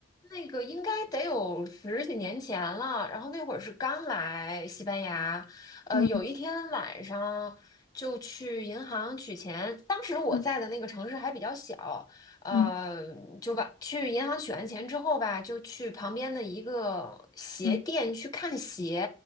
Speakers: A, on the left; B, on the left.
A: 那个应该得有十几年前了，然后那会儿是刚来西班牙，呃，
B: 嗯
A: 有一天晚上就去银行取钱，当时我在的那个城市还比较小，
B: 嗯
A: 呃，
B: 嗯
A: 就把去银行取完钱之后吧，就去旁边的一个鞋店去看鞋，
B: 嗯